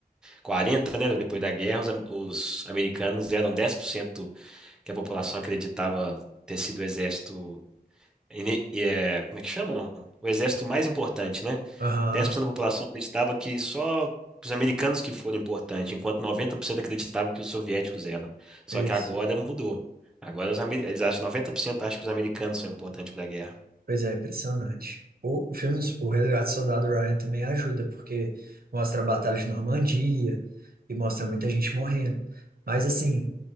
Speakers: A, in the centre; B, on the right.
A: quarenta né? Depois da guerra, os, am- os americanos eram 10% que a população acreditava ter sido o exército. ine- e é, como é que chamam? O exército mais importante, né?
B: Aham,
A: dez por cento da população acreditava que só os americanos que foram importantes, enquanto 90% acreditavam que os soviéticos eram. Só
B: isso.
A: que agora mudou. Agora os, amer- eles acham que 90% acham que os americanos são importantes para a guerra.
B: Pois é, impressionante. O, o filme, do- o Resgate do Soldado Ryan também ajuda, porque mostra a Batalha de Normandia e mostra muita gente morrendo. Mas, assim,